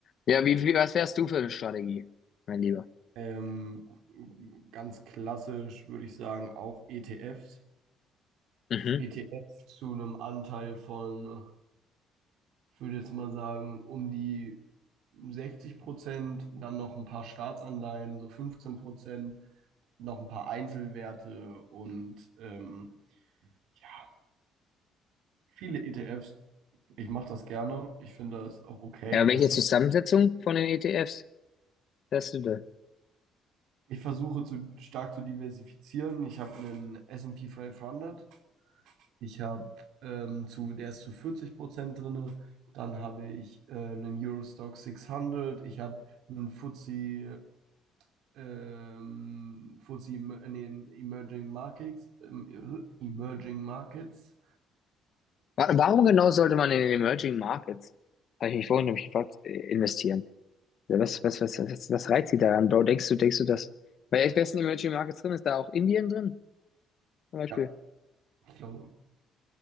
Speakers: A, on the left; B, on the right.
A: Ja, wie, wie, was wärst du für eine Strategie, mein Lieber?
B: Ähm, ganz klassisch würde ich sagen, auch ETFs.
A: Mhm.
B: ETFs zu einem Anteil von ich würde jetzt mal sagen, um die 60 Prozent, dann noch ein paar Staatsanleihen, so 15 Prozent, noch ein paar Einzelwerte und ähm, ja, viele ETFs. Ich mache das gerne. Ich finde das auch okay,
A: Ja, welche
B: dass das.
A: Zusammensetzung von den ETFs wärst du da?
B: Ich versuche zu, stark zu diversifizieren. Ich habe einen S&P 500. Ich habe ähm, zu, der ist zu 40 Prozent drin. Dann habe ich äh, einen Eurostock 600. Ich habe einen FTSE ähm, FTSE in den Emerging Markets, ähm, Emerging Markets.
A: Wa- Warum genau sollte man in den Emerging Markets, habe ich mich vorhin nämlich gefragt, äh, investieren? Ja, was, was, was, was, was reizt sie daran, Bro? Denkst du, denkst du, das? weil ich weiß, in den Emerging Markets drin ist, da auch Indien drin, zum Beispiel?
B: Ja, ich glaube.